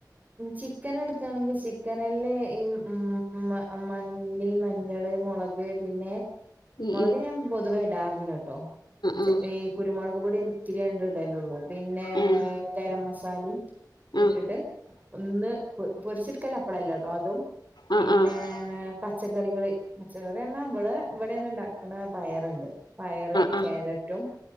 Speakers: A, on the right; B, on the left.
A: ചിക്കൻ എടുക്കയാണെങ്കിൽ ചിക്കനില്ലെ ഈ മ മല്ലി മഞ്ഞള് മുളക് പിന്നെ
B: ഉം
A: മുളക് ഞാൻ പൊതുവേ ഇടാറില്ലോട്ടോ
B: ഉം ആഹ്
A: ഈ കുരുമുളക് പൊടി ഒത്തിരി രണ്ട ഇടലള്ളൂ പിന്നെ
B: ആഹ് ഏഹ്
A: ഗരം മസാലയും
B: ആഹ്
A: ഇട്ടിട്ട് ഒന്ന് പൊരിച്ചിടുക്കൽ അപ്പളല്ല കേട്ടോ അതും
B: ആഹ്
A: പിന്നെ
B: ആഹ് ആഹ്
A: പച്ചക്കറികള് പച്ചക്കറി എല്ലാം ഇവിടെ ഇവിടെ തന്നെ ഉണ്ടാക്കണ പയറുണ്ട് പയറ്
B: ആഹ്
A: ക്യാരറ്റും